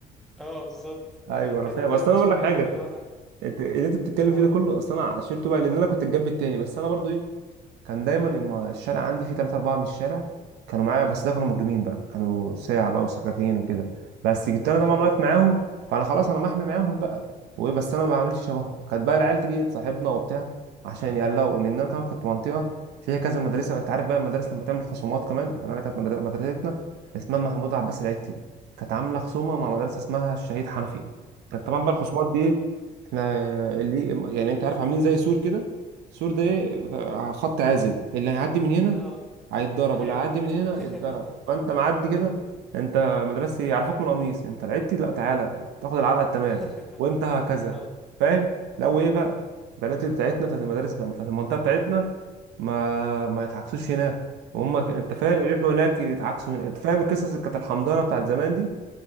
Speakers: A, in the centre; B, on the right.
A: اه بالظبط يعني
B: ايوه
A: كانت
B: انا فاهم اصل
A: هي ماشيه
B: انا اقول لك
A: معايا
B: حاجه
A: كده اللي هو انا
B: انت اللي انت بتتكلم
A: اه
B: فيه ده كله اصل انا عشرته بقى لان انا كنت الجنب التاني بس انا برضو ايه كان دايما الم- الشارع عندي فيه تلاتة أربعة من الشارع كانوا معايا بس ده كانوا مجرمين بقى كانوا ساعة بقى وسكاكين وكده بس جبت أنا
A: اه
B: طبعا واقف معاهم فأنا خلاص أنا محمي معاهم بقى وإيه بس أنا ما بعملش شبههم كانت بقى العيال تيجي تصاحبنا وبتاع عشان يقلقوا لأن أنا كمان كنت منطقة فيها كذا مدرسة أنت عارف بقى المدارس لما تعمل خصومات كمان يعني أنا كانت مدر- مدرستنا اسمها محمود عباس العتي كانت عاملة خصومة
A: امم
B: مع مدرسة اسمها الشهيد حنفي كانت طبعا بقى الخصومات دي إيه؟ احنا اللي يعني
A: دب
B: انت عارف عاملين زي سور كده السور ده ايه خط عازل اللي هيعدي من هنا
A: اه
B: هيتضرب
A: هيموت
B: واللي هيعدي من هنا يتضرب
A: <laughs>
B: فانت معدي كده
A: اه
B: انت مدرستي يعرفوك من القميص انت لعبتي لا تعالى تاخد العلقه التمام
A: <laughs>
B: وانت هكذا
A: اه
B: فاهم لو ايه بقى البنات اللي بتاعتنا بتاعت المدارس بقى بتاعت المنطقه بتاعتنا ما ما يتعكسوش هناك وهم ك- انت فاهم
A: اه
B: يروحوا هناك يتعكسوا هنا انت فاهم القصص اللي كانت الحمضانه بتاعت زمان دي